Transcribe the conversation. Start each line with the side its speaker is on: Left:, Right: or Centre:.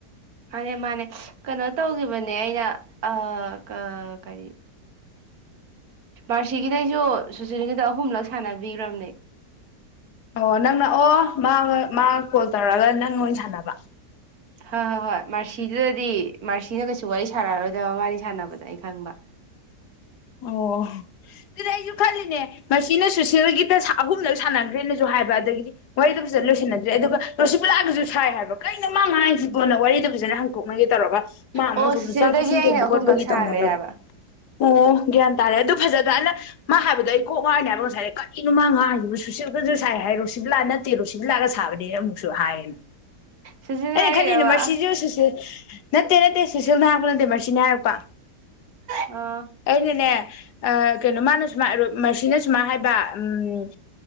Right: ꯃꯥꯅꯦ ꯃꯥꯅꯦ ꯀꯩꯅꯣ ꯇꯧꯈꯤꯕꯅꯦ ꯑꯩꯅ ꯑ ꯀ
Left: <inaudible>
Right: ꯃꯥꯔꯁꯤꯒꯤꯗꯩꯁꯨ ꯁꯨꯁꯤꯜꯒꯤꯗ ꯑꯍꯨꯝꯂꯛ ꯁꯥꯟꯅꯕꯤꯈ꯭ꯔꯕꯅꯦ
Left: ꯑꯣ ꯅꯪꯅ ꯑꯣ ꯃꯥ ꯃꯥ ꯀꯣꯜ ꯇꯧꯔꯛꯑꯒ ꯅꯪ ꯑꯣꯏꯅ ꯁꯥꯟꯅꯕ
Right: ꯍꯣꯏ ꯍꯣꯏ ꯍꯣꯏ ꯃꯥꯔꯁꯤꯗꯨꯗꯗꯤ ꯃꯥꯔꯁꯤꯅ ꯀꯩꯁꯨ ꯋꯥꯔꯤ ꯁꯥꯟꯅꯛꯑꯔꯣꯏꯗꯕ ꯋꯥꯔꯤꯅꯤ ꯁꯥꯟꯅꯕꯗ ꯑꯩ ꯈꯪꯕ
Left: ꯑꯣ ꯑꯗꯨ ꯈꯂꯤ ꯁꯤꯅ ꯁꯨꯁꯤꯦꯜꯒꯤꯗ ꯑꯍꯨꯝꯅ ꯁꯥꯟꯅꯈ꯭ꯔꯦꯅꯁꯨ ꯍꯥꯏꯕ ꯑꯗꯒꯤꯗꯤ ꯋꯥꯔꯤꯍꯩꯗꯣ ꯐꯖꯗ ꯂꯣꯏꯁꯤꯟꯅꯗ꯭ꯔꯦ ꯑꯗꯨꯒ ꯔꯣꯁꯤ ꯄꯨꯂꯑꯒꯁꯨ ꯁꯥꯏ ꯍꯥꯏꯕ ꯀꯩꯅꯣ ꯃꯥꯡꯉ ꯍꯥꯏꯁꯤꯕꯣꯟꯅ ꯋꯥꯔꯤꯗ ꯐꯖꯅ ꯍꯪ ꯊꯣꯛꯅꯒꯦ ꯇꯧꯔꯒ ꯃꯥ ꯑꯃꯨꯛ
Right: ꯑꯣ
Left: ꯁꯣꯝꯗ
Right: ꯁꯨꯁꯤꯜꯗꯒꯤ
Left: ꯆꯥꯛꯒꯤ ꯏꯁꯤꯡ
Right: ꯑꯩꯅ
Left: ꯊꯣꯡꯕ
Right: ꯑꯍꯨꯝꯂꯛ
Left: ꯈꯣꯠꯄꯒꯤ
Right: ꯁꯥꯈ꯭ꯔꯦ
Left: ꯇꯧꯅꯕ꯭ꯔꯕ
Right: ꯍꯥꯏꯕ
Left: ꯑꯣ ꯒ꯭ꯌꯥꯟ ꯇꯥꯔꯦ ꯑꯗꯨ ꯐꯖꯗꯅ ꯑꯅ ꯃꯥ ꯍꯥꯏꯕꯗꯣ ꯑꯩ ꯀꯣꯛ ꯋꯥꯥꯏꯅꯦ ꯍꯥꯏꯕ ꯉꯁꯥꯏꯗ ꯀꯔꯤꯅꯣ ꯃꯥ ꯉꯥꯡꯔꯤꯁꯤ ꯁꯨꯁꯂꯁꯨ ꯁꯥꯏ ꯍꯥꯏ ꯑꯩ ꯔꯣꯁꯤꯕꯨ ꯂꯥꯛ ꯅꯠꯇꯦ ꯔꯣꯁꯤꯕꯤ ꯂꯥꯛꯑꯒ ꯁꯥꯕꯅꯦ ꯑꯃꯨꯛ ꯁꯨ ꯍꯥꯏꯌꯦꯅ
Right: ꯁꯨꯁꯤꯜ
Left: ꯑꯩꯅ
Right: ꯍꯥꯏꯔꯛꯏꯔꯕ
Left: ꯈꯜꯂꯤꯅꯦ ꯃꯁꯤꯁꯨꯨ ꯁꯤꯁꯦ ꯅꯠꯇꯦ ꯅꯠꯇꯦ ꯁꯨꯁꯜꯅ ꯍꯥꯏꯔꯛꯄ ꯅꯠꯇꯦ ꯃꯁꯤꯁꯤꯅ ꯍꯥꯏꯔꯛꯄ
Right: ꯑ
Left: ꯑꯩꯅꯅꯦ ꯀꯩꯅꯣ ꯃꯥꯅ ꯁꯨꯃꯥꯏꯅ ꯃꯁꯤꯅ ꯁꯨꯃꯥꯏꯅ ꯍꯥꯏꯕ ꯎꯝ